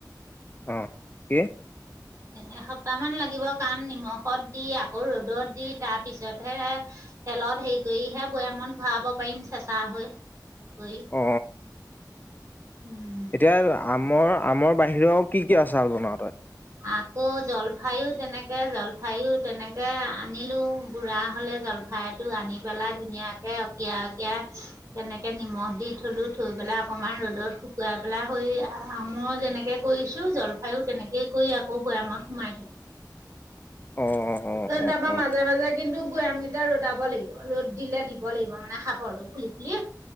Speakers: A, on the left (about 25°); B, on the right (about 45°).
A: অ' কি?
B: এসপ্তাহমান লাগিব কাৰণ নিমখত দি আকৌ ৰ'দত দি তাৰপিছতহে তেলত হেৰি কৰিহে বৈয়ামত ভৰাব পাৰিম চেঁচা হৈ। কৰি
A: অ!
B: উম।
A: এতিয়া আমৰ আমৰ বাহিৰেও আউ কি কি আচাৰ বনাৱ তই?
B: আকৌ জলফাইও তেনেকে, জলফাইও তেনেকে আনিলো, বুঢ়া হ'লে জলফাইটো আনি পেলাই ধুনীয়াকে অকীয়াই-অকীয়াই তেনেকে নিমখ দি থলো, থৈ পেলাই অকমান ৰ'দত শুকুৱাই পেলাই হৈ আমৰ যেনেকে কৰিছো জলফাইও তেনেকে এই কৰি আকৌ বৈয়ামত সোমাই থলো।
A: অ অ
B: এ
A: অ
B: তা পা
A: অ
B: মাজে-মাজে কিন্তু বৈয়ামকেইটা ৰ'দাব লাগিব। ৰ'দ দিলে দিব লাগিব মানে সাফৰটো খুলি-খুলি।